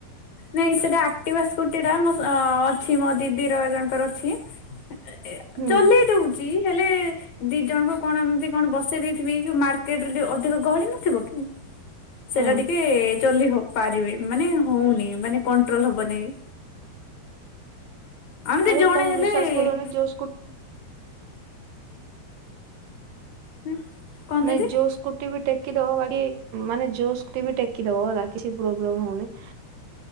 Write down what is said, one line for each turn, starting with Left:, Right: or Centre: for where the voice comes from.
Left: ନାଇଁ ସେଟା ଆକ୍ଟିଭା ସ୍କୁଟି ଟା ମୋ ସ ଅଛି ମୋ ଦିଦିର ଜଣଙ୍କର ଅଛି। ହୁଁଏ -ଏ -ଆ
Right: ହୁଁ।
Left: ଚଲେଇ ଦୋଉଚି ହେଲେ ଦି ଜଣଙ୍କୁ କଣ ଏମିତି କଣ ବସେଇ ଦେଇଥିବି ଯୋଉ ମାର୍କେଟ୍ ରେ ଟିକେ ଅଧିକ ଗହଳି ନଥିବ କି? ସେଇଟା
Right: ହଁ
Left: ଟିକେ ଚଲେଇ ହବ ପାରିବି ମାନେ ହୋଉନି ମାନେ କଣ୍ଟ୍ରୋଲ ହବନେଇଁ। ଆମେ ତ
Right: ଆରେ
Left: ଜଣେ
Right: ତମେ
Left: ହେଲେ
Right: ବିଶ୍ଵାସ କରିବନି ଯୋଉ ସ୍କୁ
Left: ହୁଁ କଣ ଦିଦି
Right: ନାଇଁ ଯୋସ୍ କୁଟି ବି ଟେକି ଦବ ବାକି ମାନେ ଯୋଉ ସ୍କୁଟି ବି ଟେକି ଦବ ହେଲା କିଛି ପ୍ରୋବ୍ଲେମ ହୋଉନେଇଁ।